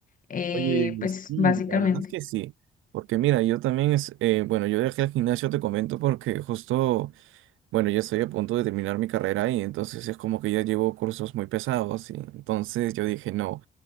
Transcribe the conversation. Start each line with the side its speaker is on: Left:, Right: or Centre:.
Left: Eh,
Right: Oye,
Left: pues,
Right: sí,
Left: básicamente.
Right: la verdad. Es que sí, porque mira, yo también es, eh, bueno, yo dejé el gimnasio, te comento, porque justo Bueno, ya estoy a punto de terminar mi carrera y entonces es como que ya llevo cursos muy pesados y entonces yo dije, no,